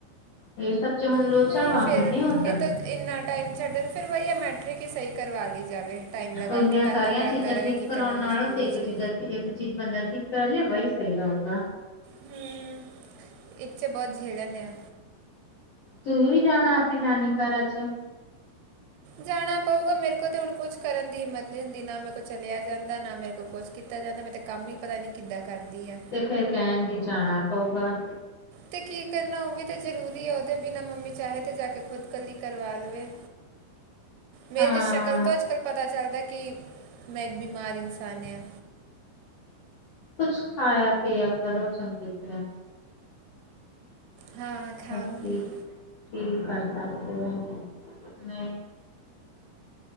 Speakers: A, on the left; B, on the right.
A: ਇਹ ਸਭ ਚ ਹੁਣ
B: ਨਹੀਂ
A: ਵਾ ਹੁਣ
B: ਫਿਰ
A: ਨੀ ਹੋ ਸਕਦਾ
B: ਇਹ ਤੋਂ ਇੰਨਾ ਟਾਈਮ ਛੱਡਣ ਫਿਰ ਵਹੀ ਆ ਮੈਟਰ੍ਰਿਕ ਹੀ ਸਹੀ ਕਰਵਾ ਲਈ ਜਾਵੇ ਟਾਈਮ ਲਗਾ
A: ਓਨੀਆਂ
B: ਕੇ ਤਦ
A: ਸਾਰੀਆਂ
B: ਤੱਕ ਘਰ
A: ਚੀਜ਼ਾਂ
B: ਦਾ ਰਹੇ
A: ਠੀਕ
B: ਕੀ
A: ਕਰਾਉਣ
B: ਕਰਨਾ
A: ਨਾਲੋਂ
B: ਮਜ਼ਬੂਰੀ
A: ਤੇ ਇੱਕ
B: 'ਚ
A: ਚੀਜ਼ਾਂ ਇੱਕ ਚੀਜ਼ ਬੰਦਾ ਠੀਕ ਕਰਾ ਲਿਆ ਵਹੀ ਸਹੀ ਰਹੇਗਾ
B: ਹੂੰ ਇੱਥੇ ਬਹੁਤ ਝੇਲਨੇ ਆ
A: ਤੂੰ ਵੀ ਜਾਣਾ ਆਪਣੀ ਨਾਨੀ ਘਰਾ ਚ
B: ਜਾਣਾ ਪਊਗਾ ਮੇਰੇ ਕੋਲ ਅਤੇ ਹੁਣ ਕੁਝ ਕਰਨ ਦੀ ਹਿੰਮਤ ਜਦੀ ਨਾ ਮੇਰੇ ਕੋਲ ਚਲਿਆ ਜਾਂਦਾ ਨਾ ਮੇਰੇ ਕੋਲ ਕੁਛ ਕੀਤਾ ਜਾਂਦਾ ਮੈਂ ਤਾਂ ਕੰਮ ਹੀ ਪਤਾ ਨਹੀਂ ਕਿੱਦਾਂ ਕਰਦੀ ਹਾਂ
A: ਤੇ ਫੇਿਰ ਕਹਿਣ ਵੀ ਜਾਣਾ ਪਊਗਾ।
B: ਤੇ ਕੀ ਕਰਨਾ ਉਹ ਵੀ ਤਾਂ ਜਰੂਰੀ ਹੈ ਉਹਦੇ ਬਿਨਾ ਮੰਮੀ ਚਾਹੇ ਤੇ ਜਾ ਕੇ ਖੁਦਕਲੀ ਕਰਵਾ ਲਵੇ। ਮੇਰੀ
A: ਹਾਂ
B: ਤਾਂ ਸ਼ਕਲ ਤੋਂ ਅੱਜ, ਕੱਲ੍ਹ ਪਤਾ ਚੱਲਦਾ ਕਿ ਮੈਂ ਇੱਕ ਬਿਮਾਰ ਇਨਸਾਨ ਹਾਂ।
A: ਕੁਛ ਖਾਇਆ ਪੀਿਆ ਕਰੋ ਚੰਗੀ ਤਰ੍ਹਾਂ।
B: ਹਾਂ। ਖਾਉਂਗੀ
A: ਹ ਕੀ ਕਰ ਸਕਦੇ ਹੋ ਨਹੀਂ